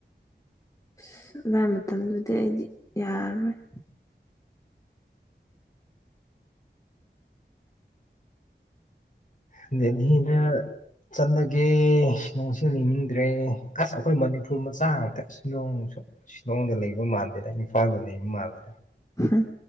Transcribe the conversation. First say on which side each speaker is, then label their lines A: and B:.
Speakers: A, on the left; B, on the left.
A: ꯑꯁ ꯑꯗꯨꯋꯥꯏ ꯃꯇꯝꯗꯨꯗꯤ ꯑꯩꯗꯤ ꯌꯥꯔꯣꯏ
B: <unintelligible> ꯆꯠꯂꯒꯦ ꯁꯤꯂꯣꯡꯁꯦ ꯂꯩꯅꯤꯡꯗ꯭ꯔꯦ ꯑꯥꯁ ꯑꯩꯈꯣꯏ ꯃꯅꯤꯄꯨꯔ ꯃꯆꯥ ꯉꯥꯛꯇ ꯁꯤꯂꯣꯡꯁꯨ ꯁꯤꯂꯣꯡꯗ ꯂꯩꯕ ꯃꯥꯟꯗꯦꯗ ꯏꯝꯐꯥꯜꯗ ꯂꯩꯕ ꯃꯥꯜꯂꯦꯗ
A: ꯍꯥ